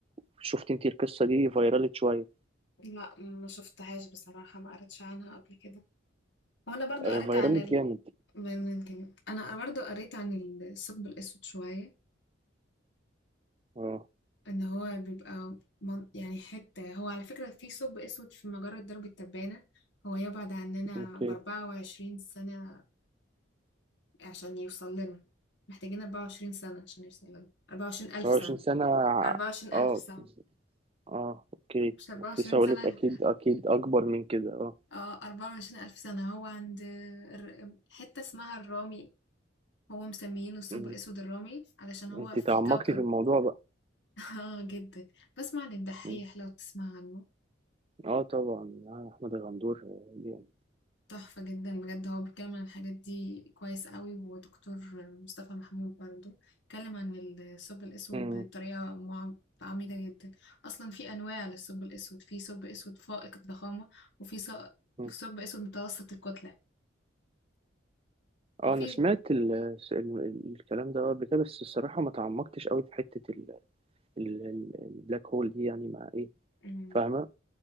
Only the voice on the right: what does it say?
وشفت انت القصة دي فيرالت شوية
آه،
فيرالت
جامد
اه
اوكي
24
سنة ع-
اه
اه اوكي
كنت
لسه هقولك
اكيد اكيد اكبر من كده اه
م.
انت
تعمقتي
في الموضوع بقى
م.
اه طبعا آه احمد غندور آه، جامد.
م.
م.
اه
انا سمعت ال ال الكلام ده قبل كده بس الصراحة ما تعمقتش قوي في حتة ال ال ال- البلاك هول دي يعني مع ايه
فاهمة